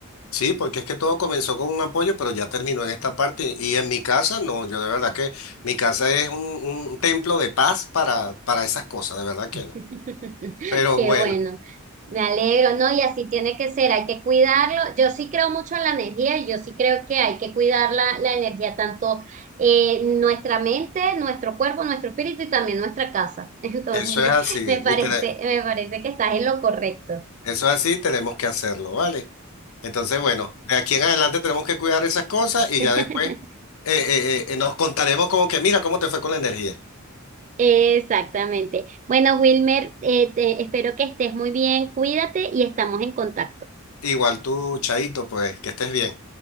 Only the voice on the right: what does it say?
<laughs>
Qué
bueno, me alegro, ¿no? Y así tiene que ser, hay que cuidarlo. Yo sí creo mucho en la energía y yo sí creo que hay que cuidar la, la energía, tanto eh, nuestra mente, nuestro cuerpo, nuestro espíritu y también nuestra casa. <laughs> Entonces,
me parece,
me parece que estás en lo correcto.
<laughs>
Exactamente. Bueno, Wilmer, eh, te- espero que estés muy bien, cuídate y estamos en contacto.